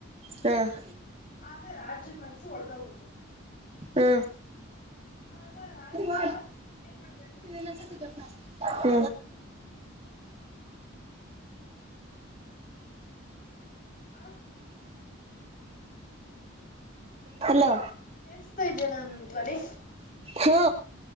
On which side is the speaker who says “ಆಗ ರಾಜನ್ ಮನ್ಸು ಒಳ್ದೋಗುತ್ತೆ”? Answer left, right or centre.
Left